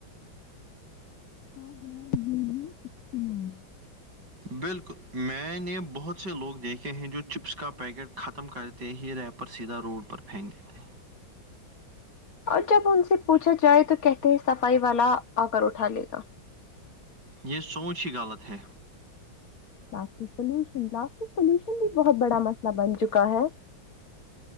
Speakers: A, on the left; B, on the right.
A: غیر ضروری استعمال
B: بالکل میں نے بہت سے لوگ دیکھے ہیں جو چپس کا پیکٹ ختم کر ت ہی ریپر سیدھا روڈ پر پھینک دیتے تھے
A: اور جب ان سے پوچھا جائے تو کہتے ہیں صفائی والا آ کر اٹھا لے گا
B: یہ سوچ ہی غلط ہے
A: پلاسٹک پولوشن پلاسٹک پولوشن بھی بہت بڑا مسئلہ بن چکا ہے